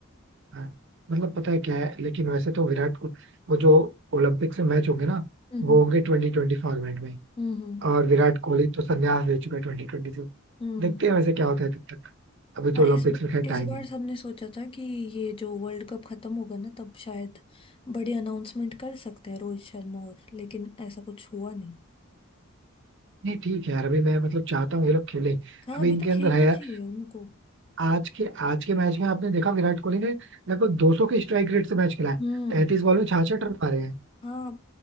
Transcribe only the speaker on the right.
हाँ मतलब पता है क्या है लेकिन वैसे तो विराट को वो जो ओलंपिक से मैच होंगे ना
वो होंगे ट्वेंटी ट्वेंटी फॉर्मेट में
और विराट कोहली तो संन्यास ले चुका है ट्वेंटी ट्वेंटी से
देखते हैं वैसे क्या होता है तब तक अभी तो
ओलंपिक्स
में खैर टाइम
है
नहीं ठीक है यार अभी मैं मतलब चाहता हूँ ये लोग खेलें
अभी
इनके
अंदर
है यार
आज के आज के मैच में आपने देखा विराट कोहली ने लगभग 200 के स्ट्राइक रेट से मैच खेला है
तैंतीस बॉल में 66 रन मारे हैं